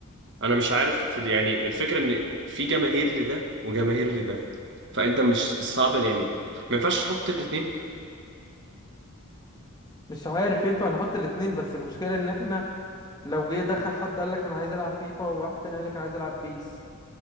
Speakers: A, on the right; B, on the left.
A: انا مش عارف في ال- يعني الفكرة ان في جماهير لده وجماهير لده فانت مش صعب يعني ما ينفعش تحط الاتنين
B: مش عارف ينفع نحط الاتنين بس المشكلة ان احنا لو جه دخل حد قال لك انا عايز العب فيفا وواحد تاني قال لك انا عايز العب بيس